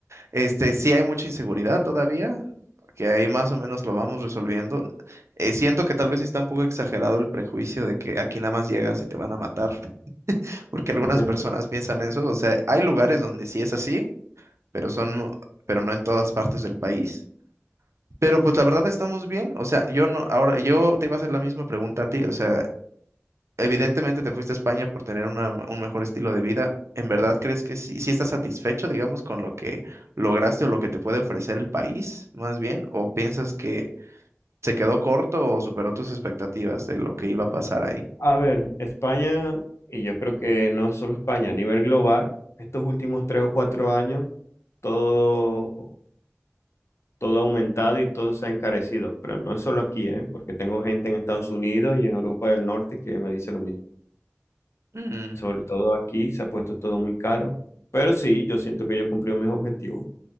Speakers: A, on the right (about 75°); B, on the left (about 70°).
A: Este, sí hay mucha inseguridad todavía, que ahí más o menos lo vamos resolviendo. Eh, siento que tal vez sí está un poco exagerado el prejuicio de que aquí nada más llegas y te van a matar, porque
B: <laughs>
A: algunas personas piensan eso, o sea, hay lugares donde sí es así, pero son pero no en todas partes del país. Pero pues la verdad estamos bien, o sea, yo no, ahora yo te iba a hacer la misma pregunta a ti, o sea, evidentemente te fuiste a España por tener una- un mejor estilo de vida, ¿en verdad crees que sí, sí estás satisfecho, digamos, con lo que lograste o lo que te puede ofrecer el país, más bien? ¿O piensas que se quedó corto o superó tus expectativas de lo que iba a pasar ahí?
B: A ver, España, y yo creo que no solo España, a nivel global, estos últimos tres o cuatro años, todo, todo ha aumentado y todo se ha encarecido. Pero no es solo aquí, ¿eh? Porque tengo gente en Estados Unidos y en Europa del Norte que me dice lo mismo.
A: Mm,
B: Sobre todo aquí se ha puesto todo muy caro. Pero sí, yo siento que yo cumplí mis objetivos.